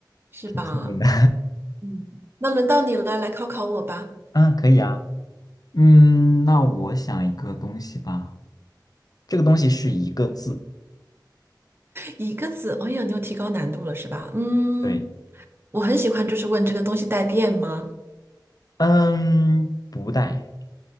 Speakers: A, on the right (about 30°); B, on the left (about 55°).
A: 是吧？
B: 挺聪明的，
A: 嗯，那轮到你了，来考考我吧。
B: <laughs> 嗯，可以啊，嗯，那我想一个东西吧，这个东西是一个字，
A: 一个字，哎呀，你又提高难度了是吧？嗯，
B: 对，
A: 我很喜欢，就是问这个东西带电吗？
B: 嗯，不带。